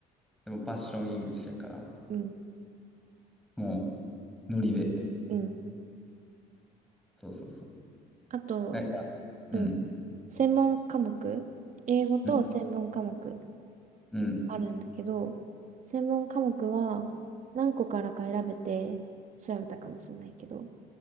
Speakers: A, in the centre; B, on the right.
A: でもパッションイングリッシュやから、
B: うん、
A: もう、ノリで。
B: うん。
A: そうそうそう。
B: あと、
A: だから、うん。
B: うん、専門科目、英語と専門科目
A: うん。うん。
B: あるんだけど、専門科目は何個からか選べて調べたかもしれないけど、